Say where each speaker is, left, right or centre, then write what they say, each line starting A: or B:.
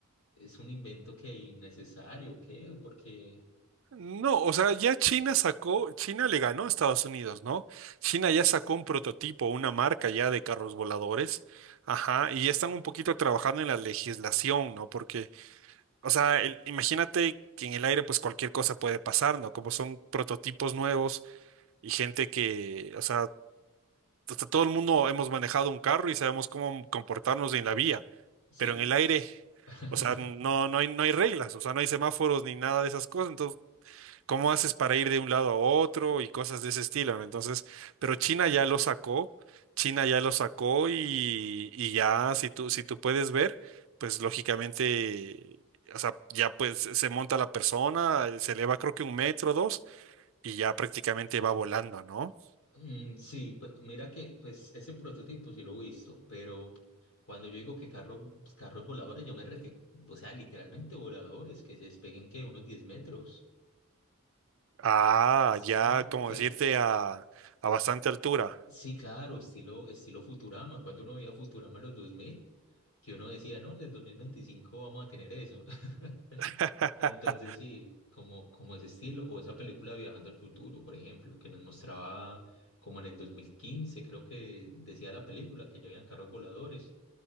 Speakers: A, on the left; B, on the right.
A: es un invento que innecesario o qué? Porque
B: No, o sea, ya China sacó, China le ganó a Estados Unidos, ¿no? China ya sacó un prototipo, una marca ya de carros voladores. Ajá, y ya están un poquito trabajando en la legislación, ¿no? Porque, o sea, el- imagínate que en el aire pues cualquier cosa puede pasar, ¿no? Como son prototipos nuevos y gente que, o sea, hasta todo el mundo hemos manejado un carro y sabemos cómo comportarnos en la vía,
A: sí.
B: pero en el aire,
A: <laughs>
B: o sea, no, no hay, no hay reglas, o sea, no hay semáforos ni nada de esas cosas. Entonces, ¿cómo haces para ir de un lado a otro y cosas de ese estilo? ¿no? Entonces, pero China ya lo sacó, China ya lo sacó y, y ya, si tú, si tú puedes ver, pues lógicamente... O sea, ya pues se monta la persona, se eleva creo que un metro, dos, y ya prácticamente va volando, ¿no?
A: Mm, sí, pues mira que pues ese prototipo sí lo he visto, pero cuando yo digo que carros, pues, carros voladores, yo me refiero, o sea, literalmente voladores que se despeguen que unos 10 metros. Eh,
B: Ah,
A: Que, que- sí
B: ya,
A: me ent-
B: como
A: que,
B: decirte, a, a bastante altura.
A: Sí, claro, estilo, estilo Futurama. Cuando uno veía Futurama en los 2000, que uno decía, no, en el 2025 vamos a tener eso. <laughs>
B: <laughs>
A: Entonces, sí, como, como ese estilo, o esa película Viajando al Futuro, por ejemplo, que nos mostraba como en el 2015 creo que decía la película que ya habían carros voladores.